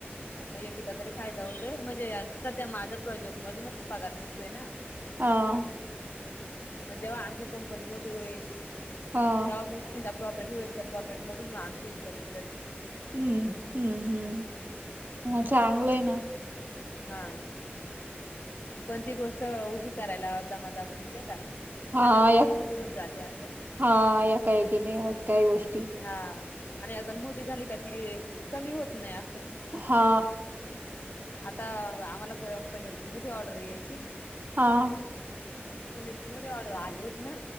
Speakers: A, on the left; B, on the right.
A: म एक किचा तरी फायदा होतोय म्हणजे सध्या माझा प्रोजेक्ट मधूनच पगार निघतोय ना
B: हा
A: मग जेव्हा आमची कंपनी मोठी होईल
B: हा
A: तेव्हा मग तिचा प्रॉफिट होईल त्या प्रॉफिटमधून म आमची इन्म निघ
B: हम्म हम्म हम्म ह चांगलं आहे ना
A: हा पण ती गोष्ट उभी करायला दमादामाने नाही का
B: हा
A: छोट्यातूनच
B: या
A: मोठी होत जाते असं
B: हा या काय की नाही होत काय गोष्टी
A: हा आणि अदण मोठी झाली का ती कमी होत नाही असं.
B: हा
A: आता आम्हाला पनीरची मोठी ऑर्डर यायची.
B: ह
A: पनीरची मोठीे ऑर्डर आली होती ना